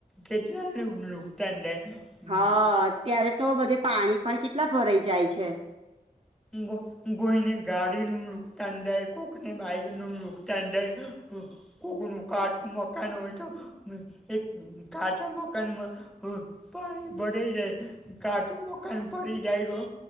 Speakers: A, in the centre; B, on the right.
A: કેટલા લુકનુ નુકતાન થાય? પાણી
B: હા,
A: જાય
B: અત્યારે તો બધે પાણી પણ કેટલા ભરાઈ જાય છે.
A: ગો કોઈને ગાડી નું નુકતાન દાય, કોકને બાઈક નું નુકતાણ દાય. કોક નું કાચું મકાન હોય તો, એક કાચા મકાનમાં હ પાણી ભરાઈ જાય કાચુ મકાન પડી જાય તો,